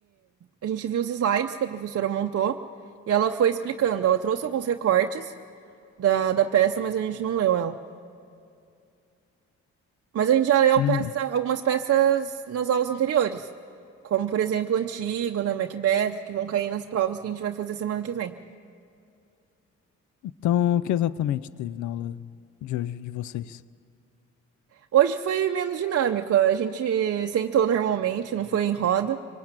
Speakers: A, on the right (about 50°); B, on the left (about 70°).
A: a gente viu os slides que a professora montou e ela foi explicando. Ela trouxe alguns recortes da, da peça, mas a gente não leu ela. Mas a gente já leu
B: Hum.
A: peça, algumas peças nas aulas anteriores, como, por exemplo, Antígona, Macbeth, que vão cair nas provas que a gente vai fazer semana que vem.
B: Então o que exatamente teve na aula de hoje de vocês?
A: Hoje foi menos dinâmico, a gente sentou normalmente, não foi em roda.